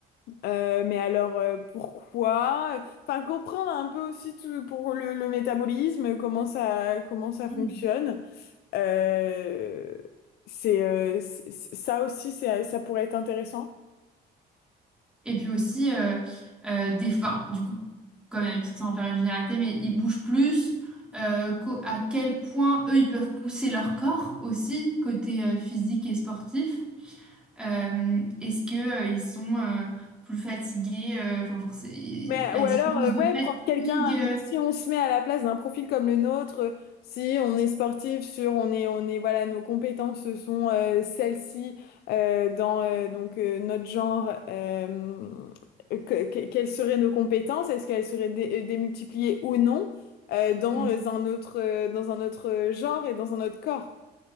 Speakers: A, on the left; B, in the centre.
A: Euh, mais alors euh, pourquoi? Enfin comprendre un peu aussi tout pour le, le métabolisme, comment ça comment ça
B: mm,
A: fonctionne.
B: mm.
A: Euh, c'est euh, c'est- ça aussi c'est- ça pourrait être intéressant.
B: Et puis aussi euh, euh, des fins, du coup, comme d'habitude, sans en faire une généralité, mais ils bougent plus. euh, qu'au- à quel point eux ils peuvent pousser leur corps aussi, côté euh, physique et sportif. Euh, est-ce que, euh, ils sont euh, plus fatigués, euh, enfin pour ce-
A: Mais,
B: la
A: ou
B: différence
A: alors, euh,
B: de
A: ouais,
B: fatigue.
A: prendre quelqu'un.
B: euh,
A: Donc, si on se met à la place d'un profil comme le nôtre, euh, si on est sportif, sur on est, on est, voilà, nos compétences sont euh, celles-ci euh, dans euh, donc euh, notre genre. euh, que- que- quelles seraient nos compétences? Est-ce qu'elles seraient dé- euh, démultipliées ou non euh, dans
B: mm,
A: euh, un autre, euh, dans un autre genre et dans un autre corps?